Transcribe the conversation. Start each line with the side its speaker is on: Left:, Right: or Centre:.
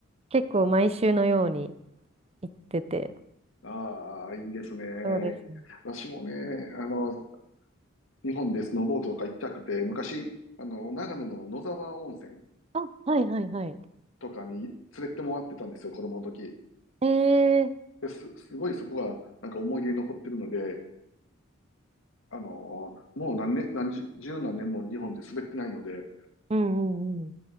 Right: 結構毎週のように行ってて。
Left: ああ、いいですね。
Right: そうですね。
Left: 私もね、あの、日本でスノーボードとか行きたくて、昔、あの、長野の野沢温泉
Right: あ、はいはいはい。
Left: とかに連れてもらってたんですよ、子供の時。
Right: ええ
Left: で、す、すごいそこが、なんか思い出に残ってるので、あの、もう何年、何十、十何年も日本で滑ってないので、
Right: うんうんう